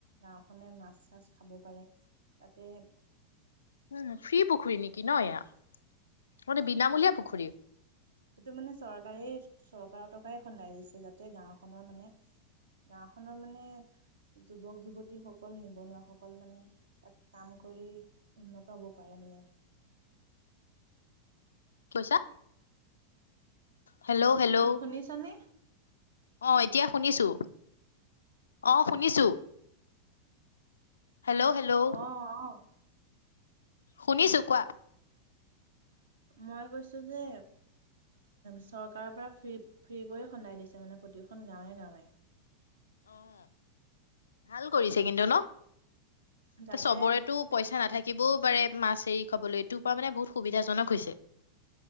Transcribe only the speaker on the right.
নাওখনে মাছ চাছ খাব পাৰে তাতে
সেইটো মানে চৰকাৰেই চৰকাৰৰ টকাই খন্দাই দিছে যাতে গাওখনৰ মানে গাওখনৰ মানে যুৱক যুৱতীসকল নিবনুৱাসকল মানে তাত কাম কৰি উন্নত হব পাৰে মানে।
শুনিছ নে?
আহ আহ
মই কৈছো যে চৰকাৰৰ পৰা ফ্ৰী ফ্ৰী কৰি খন্দাই দিছে মানে প্ৰতিখন গাঁৱে গাঁৱে।
যাতে